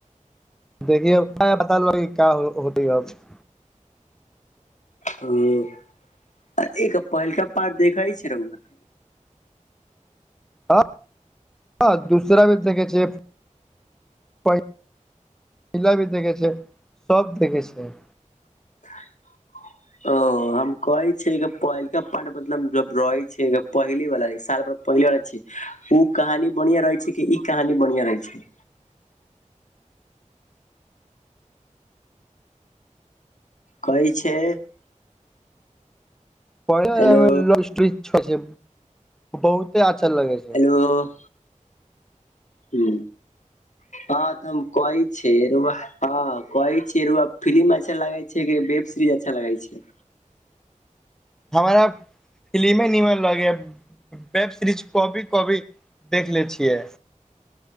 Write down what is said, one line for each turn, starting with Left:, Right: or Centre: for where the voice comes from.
Centre: देखियए <unintelligible>
Left: हं आ एक पहिलका पाट देखइ छै रौआ
Centre: हँ हँ दूसरा भी <unintelligible> छै पहि पहिला भी देखै छै सब देखै छै
Left: <inaudible> ओ हम कहे छै जे पहिलका पाट मतलब जब रहे छै पहिले वाला जे साल भर पहिला अछि उ कहानी बढ़िया रहै छै कि ई कहानी बढ़िया रहै छै कहैय छै
Centre: पढ़े वला
Left: हेलो
Centre: लव स्टोरी छ से बहुते अच्छा लगे छै
Left: तो हुँ अहाँ तऽ हम कहै छै <unintelligible> कहै छिये <unintelligible> फिलिम अच्छा लागैय छै की वेब सीरीज अच्छा लागैय छै
Centre: हमरा फिलिमे ह निमन लगैय वेब सीरीज कभी कभी देख लैय छियै